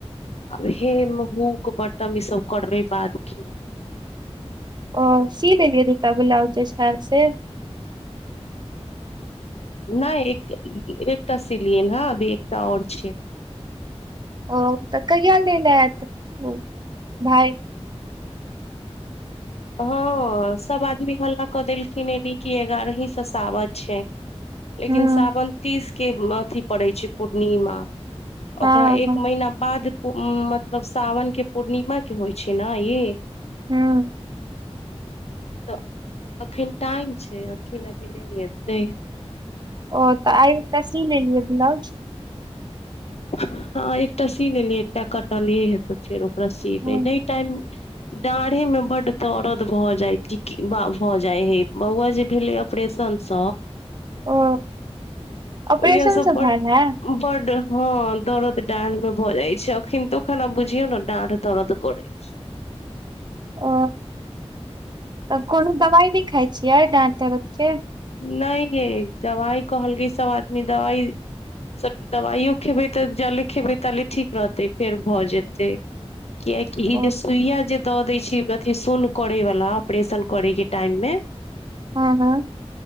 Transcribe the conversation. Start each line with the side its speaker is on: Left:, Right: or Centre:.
Left: आब हेम हूक बटम ई सब करबे बाद कि
Right: ओ सी लेलियै दुटा ब्लाउज जे छैल से
Left: नहि एक एकटा सिलियन हँभ एकटा आओर छै
Right: ओ तऽ कहिया लैला एत उ भाई
Left: हँ सब आदमी हल्ला कऽ देलखिन एनी कि एगारही स सावन छै लेकिन
Right: हूँ
Left: सावन तीसके अथि पड़ै छै पूर्णिमा
Right: हँ
Left: ओकरा एक
Right: हँ
Left: महिना बाद मतलब सावनके पूर्णिमा के होइ छै न ई
Right: हँ
Left: तऽ एखन टाइम छै अखन अभी नै एतै
Right: ओ तऽ आइ एक टा सी लेलियै ब्लाउज
Left: हँ एकटा सी लेलिय एकटा कटलियै हे तऽ फेर ओकरा सीबै
Right: ओ
Left: नै टाइम डाढ़े मे बड्ड दरद भऽ जाय छै भऽ जाय है बौआ जे भेले अपरेसन स
Right: ओ ऑपरेशन
Left: ओहिया स
Right: सब
Left: बड
Right: भेल है
Left: बड हँ दरद डाँढ़ मे भऽ जाइ छै अखिनतो खाना बुझियौ न डाढ़ दरद करै छै
Right: ओ तऽ कोनो दवाइ नै खाइ छियै डाढ दरद के
Left: नै गै दवाइ कहलकै सब आदमी दवाइ सब दबाइयो खेबै तऽ जाले खेबै ताले ठीक रहतै फेर भऽ जेतै कियकि ई
Right: ओ
Left: जे सुइया जे द देय छै अथि सुन करैे वाला ऑपरेशन करै के टाइम मे
Right: हँ हँ